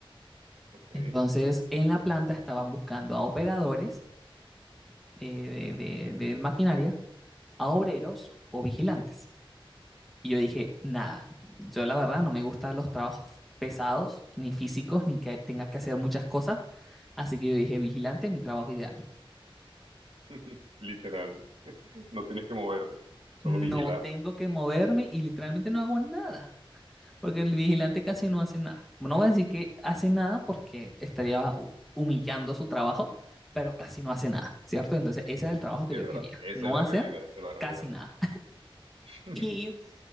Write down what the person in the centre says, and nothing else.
Entonces, en la planta estaban buscando a operadores eh, de, de de maquinaria a obreros o vigilantes. Y yo dije, nada, yo la verdad no me gustan los trabajos pesados, ni físicos, ni que tenga que hacer muchas cosas. Así que yo dije, vigilante, mi trabajo ideal.
No
tengo que moverme y literalmente no hago nada, porque el vigilante casi no hace nada. No voy a decir que hace nada porque estaría humillando su trabajo, pero casi no hace nada, ¿cierto? Entonces ese era el trabajo que
yo
quería,
no
hacer
casi nada.
Y